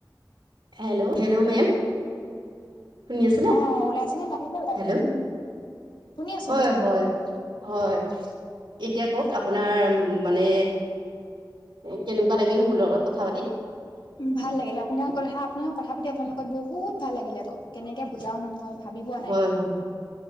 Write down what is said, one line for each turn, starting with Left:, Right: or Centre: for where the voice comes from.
Right: হেল্ল? Hello ma'am? শুনি আছিলে,
Left: অ ওলাইছে নে বাহিৰলে ওলালে
Right: হেল্ল'?
Left: শুনি আছো
Right: হয়'- হয়'- হয়। এতিয়া কওক আপোনাৰ মানে কেনেকুৱা লাগিল মোৰ লগত কথা পাতি?
Left: ভাল লাগিলে, আপোনাৰ আপোনাৰ কথা পাতি আপোনালোকত বহুত ভাল লাগিলে আকৌ কেনেকে বুজাও নো মই। ভাবি পোৱা নাই,
Right: হয় হয়